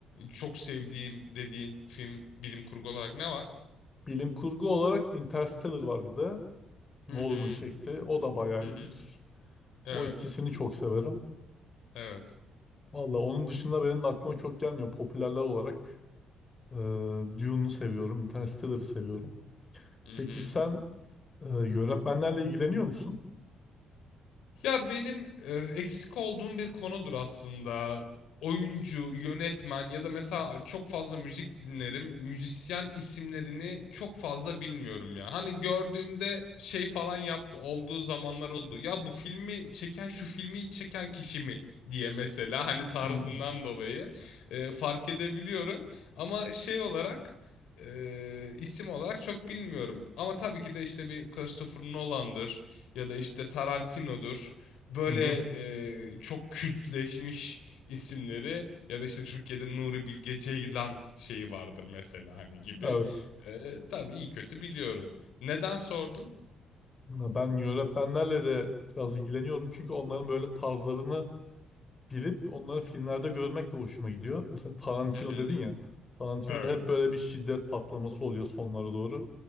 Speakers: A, on the left (about 80°); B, on the left (about 30°).
A: çok sevdiğim dediğin film bilim kurgu olarak ne var?
B: Bilim kurgu olarak Interstellar var bir de. Nolan'ın
A: Hı hı.
B: çekti. O da bayağı
A: Hı
B: iyidir.
A: hı. Evet.
B: O ikisini çok severim.
A: Evet.
B: Valla onun dışında benim de aklıma çok gelmiyor. Popülerler olarak e, Dune'u seviyorum. Interstellar'ı seviyorum.
A: Hı
B: Peki
A: hı.
B: sen e, yönetmenlerle ilgileniyor musun?
A: Ya benim e, eksik olduğum bir konudur aslında. Oyuncu, yönetmen ya da mesela çok fazla müzik dinlerim. Müzisyen isimlerini çok fazla bilmiyorum ya. Hani gördüğümde şey falan yaptı, olduğu zamanlar oldu. Ya bu filmi çeken şu filmi çeken kişi mi diye mesela hani tarzından
B: Hı
A: dolayı e, fark edebiliyorum. Ama şey olarak e, isim olarak çok bilmiyorum. Ama tabii ki de işte bir Christopher Nolan'dır ya da işte Tarantino'dur. Böyle
B: hı. hı.
A: e, çok kültleşmiş isimleri ya da işte Türkiye'de Nuri Bilge Ceylan şeyi vardır mesela hani gibi.
B: Evet.
A: E, tabii iyi kötü biliyorum. Neden sordun?
B: Ya Ben yönetmenlerle de biraz ilgileniyorum. Çünkü onların böyle tarzlarını bilip onları filmlerde görmek de hoşuma gidiyor. Mesela Tarantino
A: Hı hı.
B: dedin ya. Tarantino'da
A: Evet,
B: hep böyle bir şiddet patlaması oluyor sonlara doğru.